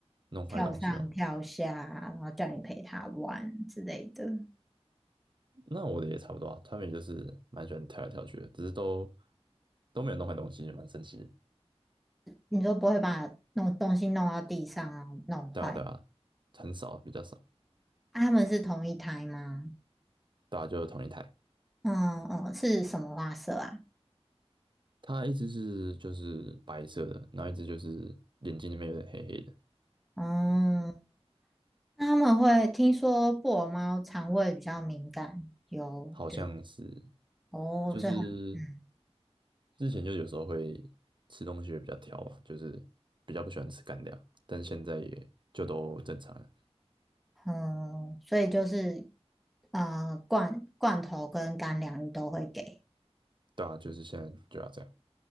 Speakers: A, on the right; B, in the centre.
A: 弄坏东西吗？
B: 跳上跳下，然后叫你陪他玩之类的。
A: 那我的也差不多啊，他们也就是蛮喜欢跳来跳去的，只是都都没有弄坏东西，也蛮神奇的。
B: 你说不会把弄东西弄到地上啊，弄坏？
A: 对啊，对啊，很少，比较少。
B: 啊，他们是同一胎吗？
A: 大家就是同一台，
B: 嗯嗯，是什么花色啊？
A: 它一只是就是白色的，然后一只就是眼睛里面有点黑黑的，
B: 嗯，那他们会听说布偶猫肠胃比较敏感，有就
A: 好像是
B: 哦，
A: 就是
B: 所以很嗯
A: 之前就有时候会吃东西会比较挑吧，就是比较不喜欢吃干粮，但是现在也就都正常了。
B: 嗯，所以就是呃罐罐头跟干粮你都会给，
A: 对啊，就是现在就要这样。